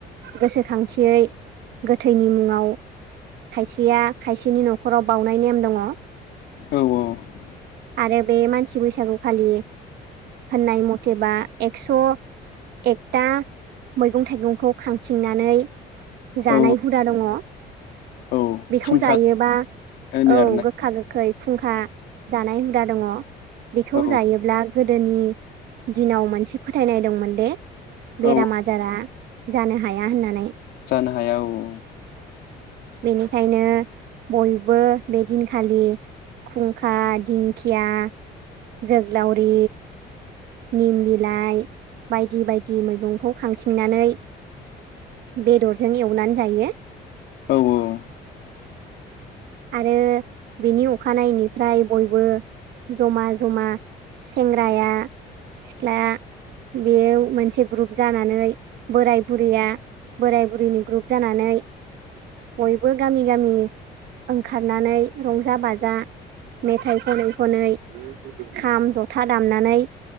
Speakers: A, on the right (about 75°); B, on the left (about 75°).
A: गोसोखांथियै गोथैनि मुङाव खायसेया खायसेनि नखराव बाउनाय नेम दङ।
B: औ
A: आरो बे मानसि बैसागु खालि होननाय मथेबा एकस' एकथा मैगं थाइगंखौ खांथिंनानै जानाय
B: औ
A: हुदा दङ।
B: औ
A: बेखौ
B: खुंखा
A: जायोबा
B: होनो
A: औ
B: आरोना
A: गोखा गोखै फुंखा जानाय हुदा दङ बेखौ
B: औ
A: जायोब्ला गोदोनि दिनाव मोनसे फोथायनाय दंमोन दे बेराम
B: औ
A: आजारा जानो हाया होननानै
B: जानो हाया औ औ।
A: बेनिखायनो बयबो बे दिनखालि खुंखा, दिंखिया जोग्लावरि, निम बिलाइ बायदि बायदि मैगंखौ खांथिंनानै बेदरजों एवनानै जायो।
B: औ औ <inaudible>
A: आरो बिनि अखानायैनिफ्राय बयबो जमा जमा सेंग्राया सिख्ला बेव मोनसे ग्रुप जानानै बोराय बुरिया बोराय बुरिनि ग्रुप जानानै बयबो गामि गामि ओंखारनानै रंजा बाजा मेथाइ खनै खनै खाम जथा दामनानै